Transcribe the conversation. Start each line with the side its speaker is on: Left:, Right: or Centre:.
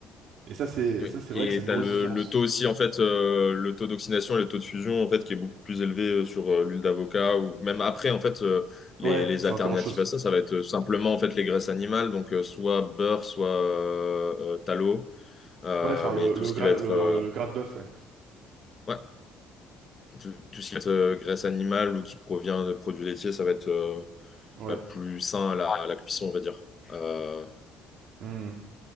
Right: Et ça, c'est
Left: Oui.
Right: ça, c'est
Left: Et
Right: vrai que c'est une
Left: tu
Right: grosse
Left: as le,
Right: différence.
Left: le taux aussi, en fait, euh, le taux d'oxydation et le taux de fusion, en fait, qui est beaucoup plus élevé euh, sur euh, l'huile d'avocat ou même après, en fait, euh, les,
Right: Ouais,
Left: les
Right: c'est
Left: alternatives
Right: encore autre chose.
Left: à ça, ça va être euh, simplement, en fait, les graisses animales, donc euh, soit beurre, soit euh, euh, tallow, euh,
Right: Ouais, enfin, le,
Left: mais tout
Right: le,
Left: ce
Right: gras,
Left: qui va être...
Right: le,
Left: euh,
Right: le gras de bœuf, ouais.
Left: ouais. Tout, tout ce qui va être euh, graisse animale ou qui provient de produits laitiers, ça va être euh,
Right: Ouais.
Left: bah, plus sain à la, à la cuisson, on va dire. Euh,
Right: Mhm.